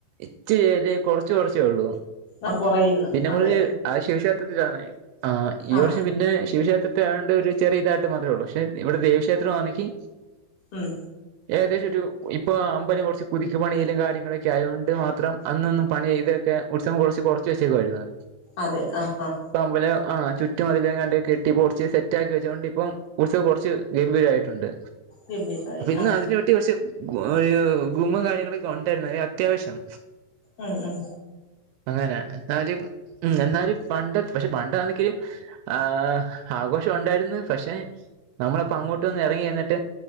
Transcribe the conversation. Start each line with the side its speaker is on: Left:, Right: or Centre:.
Right: ഇച്ചല് കൊറച്ച്കൊറച്ചേ ഉള്ളൂ
Left: ആഹ് കൊറയുന്ന്
Right: പിന്നെ നമ്മളൊരു
Left: അതെ
Right: ആ ശിക്ഷേത്രത്തിലാണ് ആ ഈ
Left: ആഹ്
Right: വർഷം പിന്നെ ശിവക്ഷേത്രത്തെ ആകൊണ്ട് ഒരു ചെറിയ ഇതായിട്ട് മാത്രേ ഉള്ളൂ പക്ഷെ ഇവിടെ ദേവീക്ഷേത്രംമാണെങ്കിൽ
Left: ഉം
Right: ഏകദേശം ഒരു ഇപ്പൊ അമ്പലം കുറച്ച് പുതുക്കി പണിയിലും കാര്യങ്ങളൊക്കെ ആയത് കൊണ്ട് മാത്രം അന്നൊന്നും പണി ഇത് ഒക്കെ ഉത്സവം കുറച്ച് കുറച്ച് വെച്ചേക്കായിരുന്നു
Left: അതെ ആ ആ
Right: അമ്പലം ആ ചുറ്റും അതില കണ്ട കെട്ടി പൊളിച്ച് സെറ്റ് ആക്കി വെച്ചതുകൊണ്ട് ഇപ്പം ഉത്സവം കുറച്ച് ഗംഭീരയിട്ടുണ്ട്
Left: ഗംഭീരായി
Right: അപ്പ ഇന്ന്
Left: ആഹ്
Right: അതിനെ പറ്റി കുറ ഗുമ്മം കാര്യങ്ങളൊക്ക ഉണ്ടായിരുന്നു അത്യാവശ്യം
Left: ഉം ഉം
Right: അങ്ങനെയ എന്നാലും എന്നാലും പണ്ട് പക്ഷെ പണ്ടാണെങ്കും ആ ആഘോഷം ഉണ്ടായിരുന്ന് പക്ഷെ നമ്മളി പ്പൊ അങ്ങോട്ട്ന്ന് ഇറങ്ങി വന്നിട്ട്